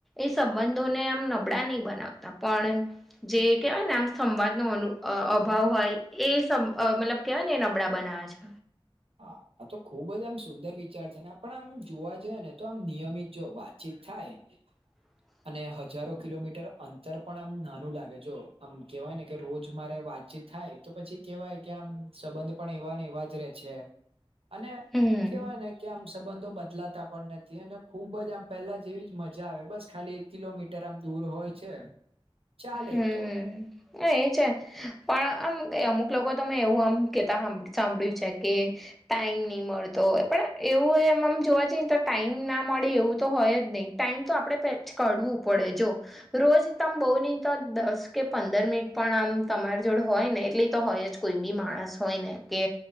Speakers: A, in the centre; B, on the right.
A: એ સંબંધોને આમ નબળા નહીં બનાવતા. પણ જે કહેવાય ને આમ સંવાદ નું અનુ અહ અભાવ હોય, એ સં અહ મતલબ કહેવાય ને એ નબળા બનાવે છે.
B: હા. આ તો ખૂબ જ આમ સુંદર વિચાર છે, ને પણ આમ જોવા જઈએ ને તો આમ નિયમિત જો વાતચીત થાય <inaudible>
A: <inaudible>
B: અને હજારો કિલોમીટર અંતર પણ આમ નાનું લાગે જો આમ કેવાય કે રોજ મારે વાત ચિત થાય તો પછી કેવાય કે આમ સંબંધ પણ એવાન એવા જ રે છે. અને
A: હમ
B: કેવાય ને કે આમ સંબંધો બદલાતા પણ ન થી અને ખુબ જ આમ પહેલા જેવી જ મજા આવે બસ ખાલી એક કિલોમીટર આમ દૂર હોય છે. ચાલે
A: હમ્મ
B: તો
A: એ છે. પણ આમ અમુક લોકો તો મેં એવું આમ કેતા સાંભળ્યું છે કે, ટાઈમ નહી મળતો પણ એવું એમ આમ જોવા જઈએને તો ટાઈમ ના મળે એવું તો હોય જ નય ટાઈમ તો આપડે કાઢવું પડે જો રોજ તમ બોવની તો દસ કે પંદર મિનિટ પણ આમ તમારી જોડે હોય ને એટલે તો હોય જ કોઈ બી માણસ હોય ને. કે